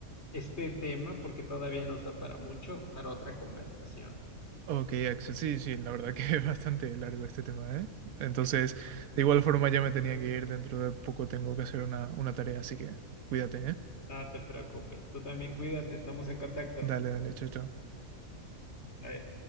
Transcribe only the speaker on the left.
este tema porque todavía nos da para mucho, para otra conversación.
No te preocupes, tú también cuídate, estamos en contacto.
Bye.